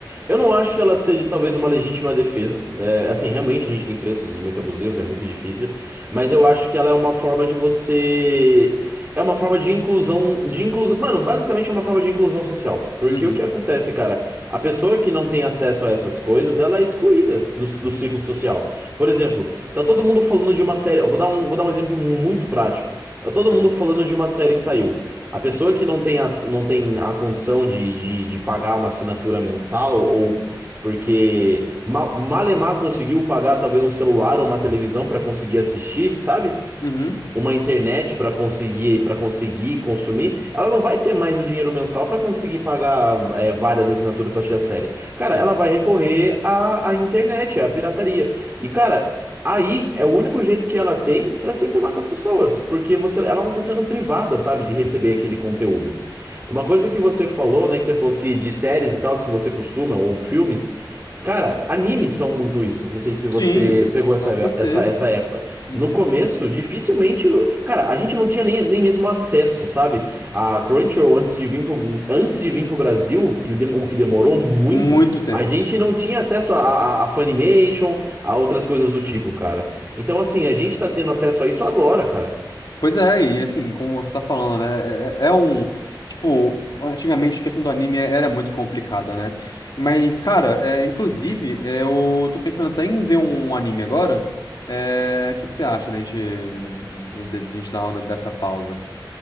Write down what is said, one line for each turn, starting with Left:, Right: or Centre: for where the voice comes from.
Right: Eu não acho que ela seja talvez uma legítima defesa. né? assim, realmente a gente tem preços muito abusivos, é muito difícil. Mas eu acho que ela é uma forma de você. É uma forma de inclusão. De inclusão. Mano, basicamente é uma forma de inclusão social. Porque
Left: Uhum,
Right: o que acontece, cara? A pessoa que não tem acesso a essas coisas, ela é excluída do, do ciclo social. Por exemplo, tá todo mundo falando de uma série. Eu vou dar um, vou dar um exemplo muito prático. Tá todo
Left: certo.
Right: mundo falando de uma série que saiu. A pessoa que não tem a, não tem a condição de, de, de pagar uma assinatura mensal, ou porque ma- Malemar conseguiu pagar talvez um celular ou uma televisão para conseguir assistir, sabe?
Left: Uhum,
Right: uma internet para conseguir para conseguir consumir, ela não vai ter mais o dinheiro mensal para conseguir pagar é, várias assinaturas para assistir a série. Cara,
Left: sim.
Right: ela vai recorrer à, à internet, à pirataria. E, cara, aí é o único jeito que ela tem para se enturmar com as pessoas, porque você, ela não tá sendo privada, sabe, de receber aquele conteúdo. Uma coisa que você falou, né, que você falou que de séries e tal, que você costuma, ou filmes, cara, animes são muito isso. Não sei se você
Left: Sim,
Right: pegou essa,
Left: com certeza.
Right: essa, essa época.
Left: Uhum.
Right: No começo, dificilmente. Cara, a gente não tinha nem, nem mesmo acesso, sabe? A Crunchyroll, antes de vir pro, antes de vir pro Brasil, que, dem- o que demorou muito,
Left: Muito tempo,
Right: a gente
Left: sim.
Right: não tinha acesso a, a, a Funimation, a outras coisas do tipo, cara. Então, assim, a gente tá tendo acesso a isso agora, cara.
Left: Pois é, e assim, como você tá falando, né? É, é um. Tipo, antigamente a questão do anime era muito complicada, né? Mas, cara, é, inclusive, é, eu tô pensando até em ver um anime agora. É, O que que você acha da gente, de, de- de gente dar uma dessa pausa?